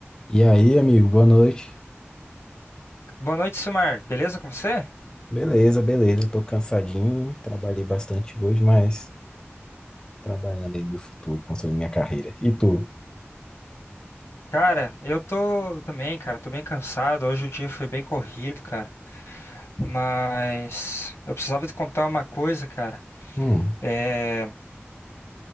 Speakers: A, on the left; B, on the left.
A: E aí, amigo, boa noite.
B: Boa noite, Silmar. Beleza com você?
A: Beleza, beleza. Tô cansadinho, trabalhei bastante hoje, mas trabalhando aí no meu futuro, construindo minha carreira. E tu?
B: Cara, eu tô também, cara. Tô bem cansado. Hoje o dia foi bem corrido, cara. Mas eu precisava te contar uma coisa, cara.
A: Hum,
B: É...